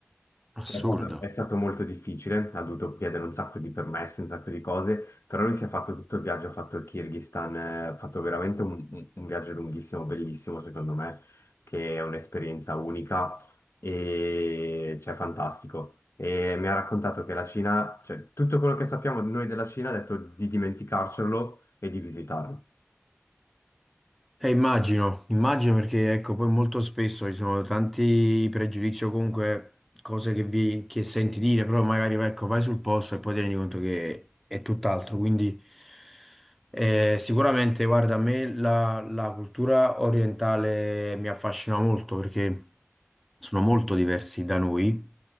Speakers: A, in the centre; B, on the left.
A: assurdo.
B: È stato, è stato molto difficile, ha dovuto chiedere un sacco di permessi, un sacco di cose, però lui si è fatto tutto il viaggio, ha fatto il Kirghizistan, eh, ha fatto veramente un, un- un viaggio lunghissimo, bellissimo secondo me, che è un'esperienza unica e cioè fantastico. E mi ha raccontato che la Cina, cioè tutto quello che sappiamo noi della Cina, ha detto di dimenticarcelo e di visitarlo.
A: Eh, immagino, immagino perché ecco, poi molto spesso ci sono tanti pregiudizi o comunque cose che, vi, che senti dire, però magari ecco, vai sul posto e poi ti rendi conto che è tutt'altro. Quindi eh, sicuramente, guarda, a me la, la cultura orientale mi affascina molto perché sono molto diversi da noi.